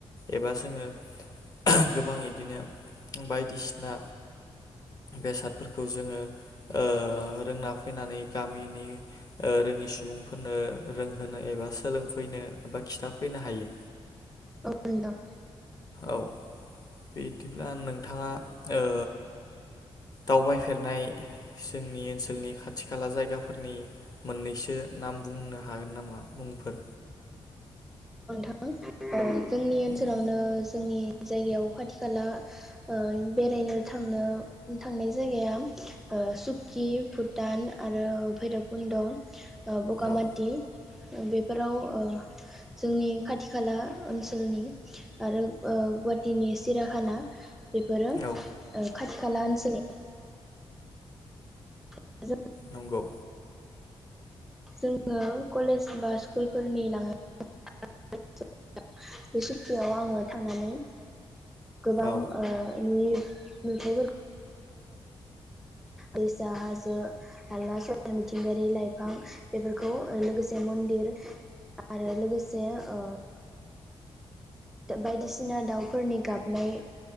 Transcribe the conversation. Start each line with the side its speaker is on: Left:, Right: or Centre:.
Left: एबा जोङो गोबां इदिनो बायदिसिना बेसादफोरखौ जोङो ओ रोंना फैनानै गामिनि ओ रोङि सुबुंफोरनो रोंहोनो एबा सोलोंफैनो एबा खिन्थाफैनो हायो
Centre: औ दां
Left: औ बिदिब्ला नोंथाङा ओ दावबायफेरनाय जोंनि ओनसोलनि खाथि खाला जायगाफोरनि मोननैसो नाम बुंनो हागोन नामा मुंफोर
Centre: औ जोंनि ओनसोलावनो
Left: औ
Centre: जोंनि जायगायाव खाथि खाला ओ बेरायनो थांनो थांनाय जायगाया सुक्कि भुटान आरो भैरबकुन्द बगामाथि
Left: औ
Centre: बेफोराव ओ जोंनि खाथि खाला ओनसोलनि आरो ओ गुवाहाटिनि सिराखाना बेफोरो
Left: औ
Centre: ओं खाथि खाला ओनसोलनि <unintelligible>
Left: नंगौ
Centre: जोङो कलेज बा स्कुलफोरनि लाङो <unintelligible> बे सुक्थियाव आङो थांनानै गोबां
Left: औ
Centre: ओ नुयि नुथायफोर दैसा हाजो हाला समायना मिथिंगायारि लाइफां बेफोरखौ लोगोसे मन्दिर आरो लोगोसे ओ बायदिसिना दाउफोरनि गाबनाय